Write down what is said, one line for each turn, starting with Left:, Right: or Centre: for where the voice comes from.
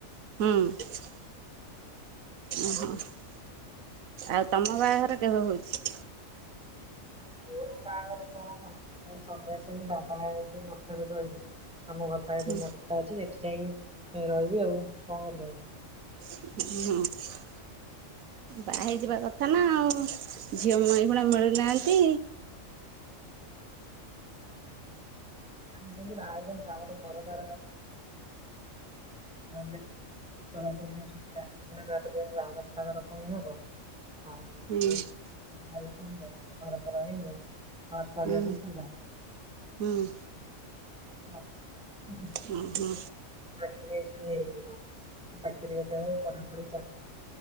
Right: ହୁଁ। ଓହୋ <inaudible> ଆଉ ତମ ବାହାଘର କେବେ ହଉଛି?
Centre: ମୋର ବାହାଘରେ କଣ କାମ ସନ୍ୟାସୀ ହେବି କି ବାବା ହେଇକି ମଠ ରେ ରହିବି ଆମ ଘର ପାଣି
Right: ହୁଁ
Centre: ଯୋଉ ମଟା ଅଛି ସେଠି ଯାଇକି ରହିବି ଆଉ କଣ କରିବି ଆଉ?
Right: ହୁଁ। ବା ହେଇଯିବା କଥା ନା ଆଉ ଝିଅ ଏଇଖୁଣା ମିଳୁନାହାନ୍ତି।
Centre: ଆମୁ ଆଜ ସବର <unintelligible> ା ଆଧାର କାର୍ର ଇ ହବ <unintelligible> ଆଉ
Right: ହୁଁ
Centre: ଘରଇ ଚିବାସ <unintelligible>
Right: ହୁଁ ହୁଁ।
Centre: <unintelligible>
Right: ହଁ ହଁ।
Centre: <unintelligible> ଚାକିରୀ ଗୋଟେ ହଉ ପଢାପଢି